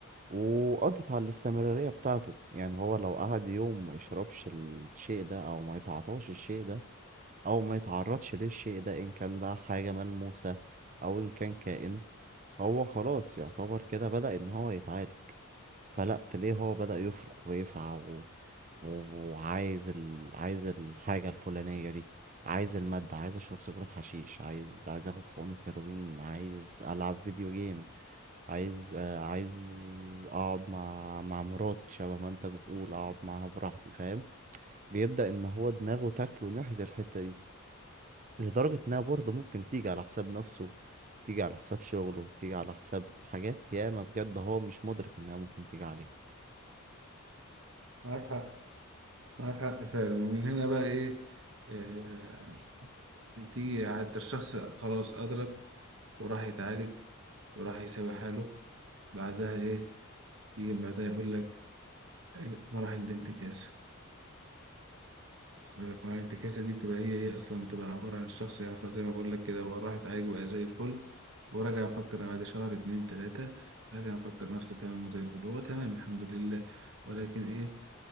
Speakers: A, on the right; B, on the right.
A: وقضت على الاستمرارية بتاعته يعني هو لو قعد يوم ما يشربش الشيء ده أو ما يتعاطاش الشيء ده او ما يتعرضش للشيء ده ان كان بقى حاجة ملموسة او ان كان كائن هو خلاص يعتبر كده بدأ ان هو يتعالج فلا تلاقيه هو بدأ يفرق ويسعى و... وعايز ال... عايز الحاجة الفلانية دي عايز المادة عايز اشرب سيجارة حشيش عايز عايز اخد حقنة هيروين عايز العب فيديو جيم عايز آه، عايز اقعد مع مع مراتي شبه ما انت بتقول اقعد معاها براحتي فاهم بيبدأ ان هو دماغه تاكله ناحية الحتة دي لدرجة إنها برضه ممكن تيجي على حساب نفسه تيجي على حساب شغله تيجي على حساب حاجات ياما بجد هو مش مدرك إنها ممكن تيجي عليها
B: معاك حق معاك حق فعلا فعلا ومن هنا بقى ايه آه بتيجي حتى الشخص خلاص أدرك وراح يتعالج وراح يساوي حاله بعدها إيه يجي بعدها يقول لك مراحل الانتكاسة أصل لك مراحل الانتكاسة دي بتبقى هي هي أصلا بتبقى عبارة عن الشخص يعني خلاص زي ما بقول لك كده هو راح يتعالج وبقى زي الفل وراجع مفكر أنا بعد شهر اتنين تلاتة راجع مفكر نفسه تمام وزي الفل هو تمام الحمد لله ولكن إيه